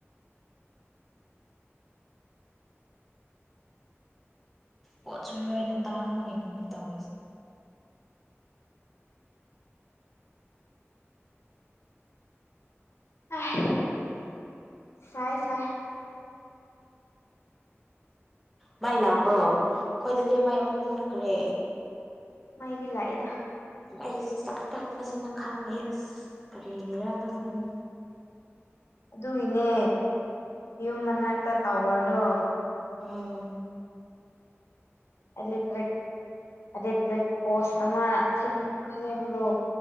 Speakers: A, in the centre; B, on the left.
A: ꯄꯣꯠꯁꯨ ꯂꯣꯏꯅ ꯇꯥꯡꯕꯒꯤꯅꯤ ꯇꯧꯔꯤ
B: ꯑꯥꯏ ꯁꯥꯏꯌꯦ ꯁꯥꯏꯌꯦ
A: ꯃꯩ ꯂꯥꯛꯄ꯭ꯔꯣ ꯑꯩꯈꯣꯏꯗꯗꯤ ꯃꯩ ꯑꯃꯨꯛ ꯃꯨꯠꯈ꯭ꯔꯦ
B: ꯃꯩꯗꯤ ꯂꯥꯛꯑꯦꯗ
A: ꯃꯩꯁꯦ ꯆꯠꯀꯟꯕꯁꯤꯅ ꯈꯪꯉꯦ ꯑꯁ ꯀꯔꯤꯒꯤꯔꯥ ꯈꯪꯗꯦꯕꯨ
B: ꯑꯗꯨꯒꯤꯅꯦ ꯌꯨꯝ ꯃꯅꯥꯛꯇ ꯇꯥꯋꯔꯗꯣ
A: ꯑꯥꯎ
B: ꯑꯦꯂꯦꯛꯇ꯭ꯔꯤꯛ ꯑꯦꯂꯦꯛꯇ꯭ꯔꯤꯛ ꯄꯣꯁ ꯑꯃ ꯁꯦꯝ ꯁꯦꯝꯈ꯭ꯔꯣ